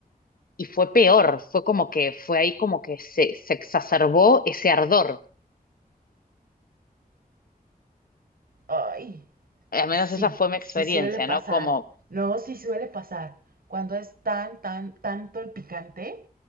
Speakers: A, on the left; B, on the right.
A: y fue peor, fue como que fue ahí como que se, se exacerbó ese ardor.
B: Ay,
A: Al menos
B: sí,
A: esa fue mi experiencia,
B: sí suele pasar.
A: ¿no? Como
B: No, sí suele pasar. Cuando es tan, tan, tanto el picante,